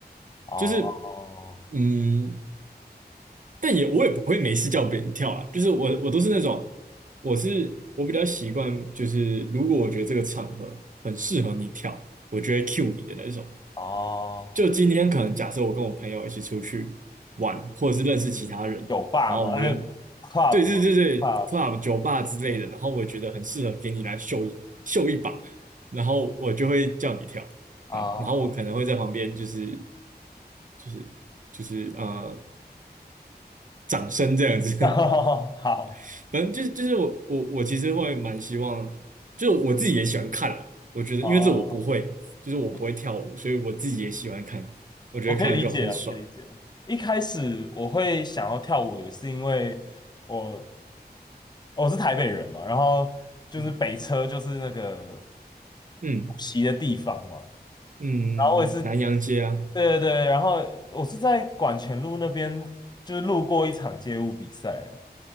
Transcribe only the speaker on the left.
哦哦
哦，
酒吧吗？
<laughs> 哎 c l u
b 吗？club
啊，
<laughs> 好
哦，
我
我可以理解啊我可以理解啊一开始我会想要跳舞，也是因为我我是台北人嘛，然后就是北车就是那个
补习的地方嘛，
然后我也是，对对对，然后我是在管前路那边，就是路过一场街舞比赛，